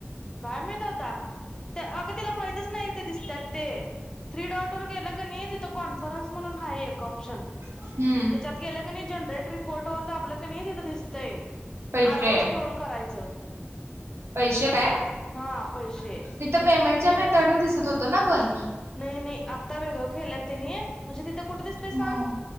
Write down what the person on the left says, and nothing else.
काय माहित आता अगं तिला माहितच नाही इथे दिसतात ते थ्री डॉट वर गेलं का नाही तिथं कोण फॉर्म्स म्हणून हा एक ऑप्शन त्याच्यात
गेलं का नाही जनरेट रिपोर्ट डोर दाबलं की, नाही तिथं दिसतंय,
आडव सक्रोल करायचं
हा पैसे
म्हणजे
किती,
नाही नाही आता वेगळ केल्यात त्यांनी म्हणजे ती ते कुठे दिसते
सांग,